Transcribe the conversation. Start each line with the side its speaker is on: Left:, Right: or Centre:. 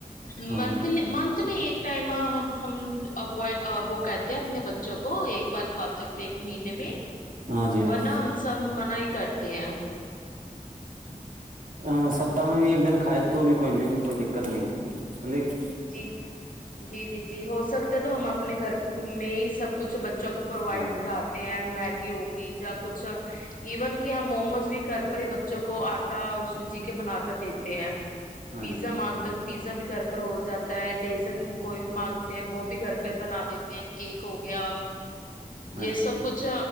Left: منتھلی
Right: ہاں جی
Left: منتھ میں ایک ٹائم ہم وہ کہتے ہیں اپنے بچوں کو ایک بار کھا سکتے ایک مہینے میں
Right: ہاں جی ہاں
Left: ورنہ
Right: جی
Left: ہم سب منع ہی کرتے ہیں ہ <unintelligible>
Right: ہ سپتاہ میں بھی ایک دن کھائے تو بھی کوئی نہیں نہیں کوئی دقت نہیں ہے لیکن
Left: جی جی جی جی ہو سکتا ہے تو ہم اپنے گھر میں ہی سب کچھ بچوں کو پرووائڈ
Right: ہاں جی
Left: کراتے ہیں می ہوگی ج <unintelligible> کچھ ایون کہ ہم موموز بھی گھر پر ہی ب <unintelligible> بچوں کو آٹا اور سوجی کے بنا کر دیتے ہیں
Right: ہاں
Left: پیزا
Right: جی ہاں
Left: مانگتا
Right: جی
Left: ہو پیزا بھی گھر ہو جاتا ہے ڈیزٹ کوئی بھی مانگتے ہیں وہ بھی گھر پہ پھر بنا دیتے ہیں کیک ہو گیا
Right: ہاں
Left: یہ
Right: جی
Left: سب کچھ